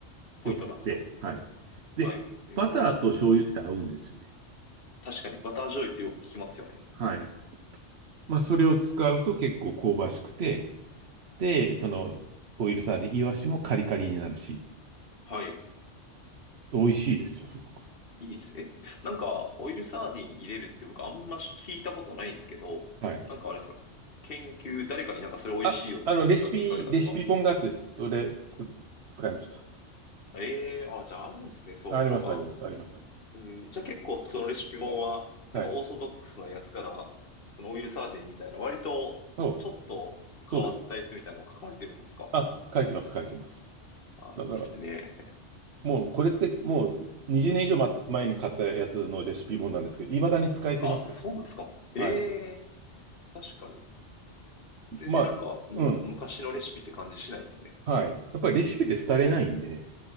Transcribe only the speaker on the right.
よくって、はい。
で、
バターと醤油って合うんですよね。
はい。まあ、それを使うと結構香ばしくて、で、その、オイルサーディン、イワシもカリカリになるし、
美味しいですよ、すごく。
はい。
あ、あの、レシピ、
レシピ本があって、それ、つく、使いました。
あります、あります、あります、あります。
はい。
そう、そうです。あ、書いてます、書いてます。
だから、
もうこれってもう20年以上ま前に買ったやつのレシピ本なんですけど、未だに使えてますよ。
はい。
まあ、
うん。
はい。やっぱりレシピって廃れないんで。